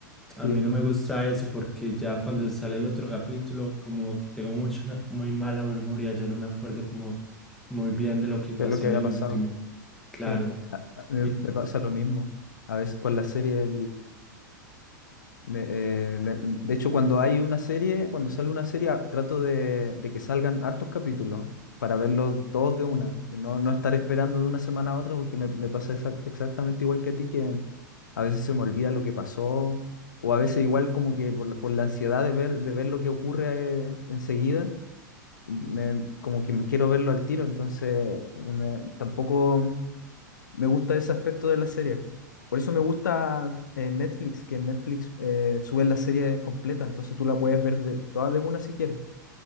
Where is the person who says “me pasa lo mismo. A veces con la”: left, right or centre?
Left